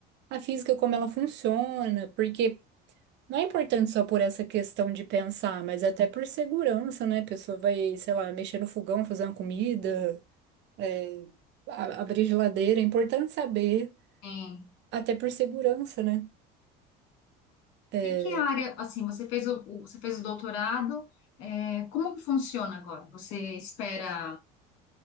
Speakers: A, on the right; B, on the left.
A: a física, como ela funciona, porque Não é importante só por essa questão de pensar, mas até por segurança, né? A pessoa vai, sei lá, mexer no fogão, fazer uma comida, é, a- abrir geladeira. É importante saber,
B: Sim.
A: até por segurança, né? É,
B: E que área, assim, você fez o, o- você fez o doutorado, é, como que funciona agora? Você espera,